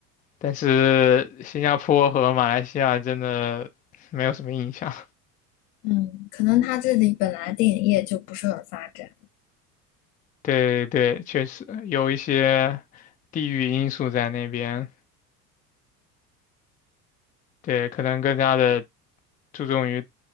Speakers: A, on the left; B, on the left.
A: 但是新加坡和马来西亚真的没有什么印象。
B: 嗯，可能他这里本来电影业就不是很发展。
A: 对对，确实有一些地域因素在那边，对，可能更加的注重于